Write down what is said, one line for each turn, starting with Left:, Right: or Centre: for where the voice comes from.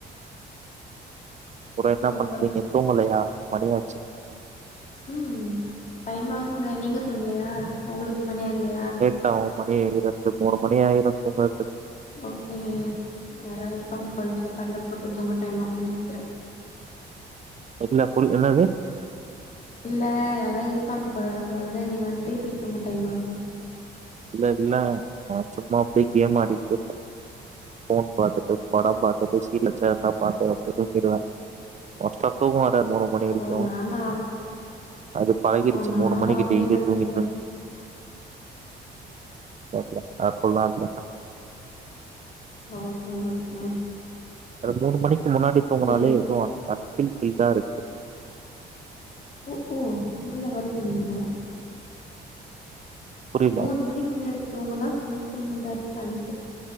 Right: அப்புறோ என்ன
Left: அப்பறோ
Right: பண்றீங்க தூங்கலையா மணியாச்சு
Left: ம் டைம் ஆகுங்க நீங்க தூங்கலையா உங்களுக்கு மணி ஆகலையா
Right: ட்டௌ மணி ரெண்டு மூனு மணி ஆயிரு தூங்கறதுக்கு
Left: ஓக்கே யாரா இருப்பாங்க பழசோ கடையில போட்டு தூங்க டைம் ஆகும்னு நெனைக்கிறே
Right: என்ன புரி என்ன அது
Left: இல்ல யாரோ இருப்பாங்க போல சோ ஆனா நீங்க வந்து பேசிட்டு தூங்க டைம் ஆகும்
Right: இல்ல இல்லங்க நா சும்மா அப்டியே கேம் ஆடிட்டு ஃபோன் பாத்துட்டு படம் பாத்துட்டு சீரியல்ஸ் இருந்தா பாத்துட்டு அப்டியே தூங்கிடுவே மோஸ்ட்டா தூக்கம் வராது மூனு மணி வரைக்கும்
Left: ஓ நானா
Right: அது பழகிருச்சு
Left: ஓ நானா
Right: மூணு மணிக்கு
Left: அப்டின்
Right: டெய்லியு
Left: நெனச்சேங்க
Right: தூங்கி தூங்கி பாப்பியா அப்பில்லா இல்ல
Left: ஓக்கேங்க ஓக்கேங்க
Right: அது மூணு மணிக்கு முன்னாடி தூங்குனாலே
Left: டே
Right: எதுவு அன் அன்ஃபில்டா இருக்கு
Left: உ ஊ நல்லா வருவீங்க நீங்க
Right: புரில
Left: மூணு மணிக்கு முன்னாடி தூங்குனா புல்ஃபில்மண்டா இருப்ப அன்ஃபிட்